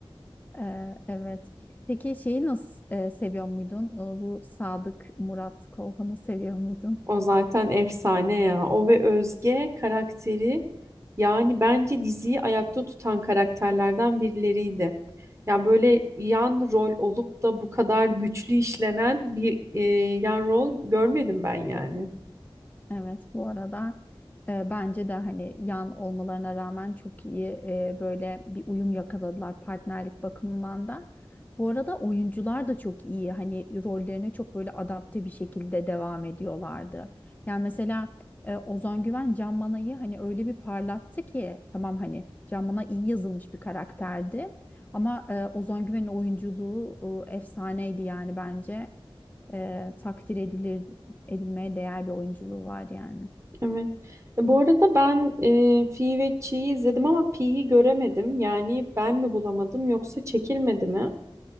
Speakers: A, on the left; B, on the right.
A: Ee, evet. Peki şeyi nasıl e, seviyor muydun? Ee, Bu Sadık Murat Kolhan'ı seviyor muydun?
B: O zaten efsane ya. O ve Özge karakteri yani bence diziyi ayakta tutan karakterlerden birileriydi. Yani böyle yan rol olup da bu kadar güçlü işlenen bir e, yan rol görmedim ben yani.
A: Evet bu arada e, bence de hani yan olmalarına rağmen çok iyi e, böyle bir uyum yakaladılar partnerlik bakımından da. Bu arada oyuncular da çok iyi hani rollerine çok böyle adapte bir şekilde devam ediyorlardı. Yani mesela e, Ozan Güven Can Manay'ı hani öyle bir parlattı ki tamam hani Can Manay iyi yazılmış bir karakterdi. Ama e, Ozan Güven'in oyunculuğu e, efsaneydi yani bence e, takdir edilir edilmeye değer bir oyunculuğu var yani.
B: Evet. E, Bu arada ben e, Fi ve Chi'yi izledim ama Pi'yi göremedim. Yani ben mi bulamadım yoksa çekilmedi mi?